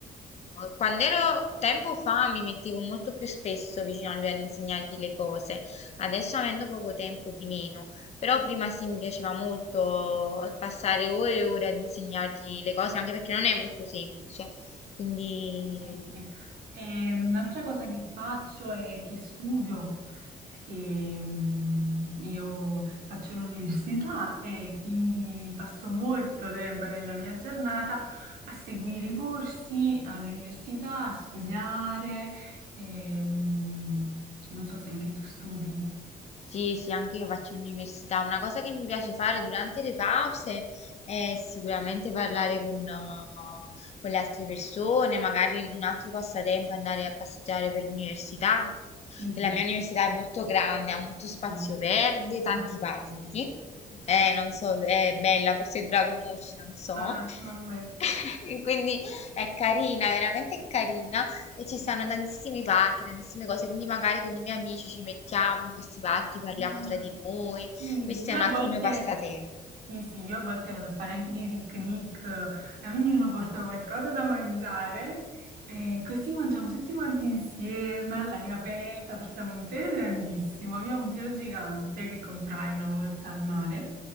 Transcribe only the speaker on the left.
quando ero tempo fa mi mettevo molto più spesso vicino a lui ad insegnargli le cose. Adesso avendo poco tempo di meno, però prima sì mi piaceva molto passare ore e ore ad insegnargli le cose, anche perché non è molto semplice. Quindi
Sì, sì, anche io faccio l'università. Una cosa che mi piace fare durante le pause è sicuramente parlare con, eh, con le altre persone, magari un altro passatempo è andare a passeggiare per l'università,
che
la mia
università è molto grande, ha molto spazio
verde, tanti
parchi.
Eh, non so, è bella, forse tu la conosci, non so.
<laughs> Quindi è carina, veramente è carina. E ci stanno tantissimi parchi, tantissime cose, quindi magari con i miei amici ci mettiamo in questi parchi, parliamo
tra di noi.
Questo
è un
altro
mio passatempo.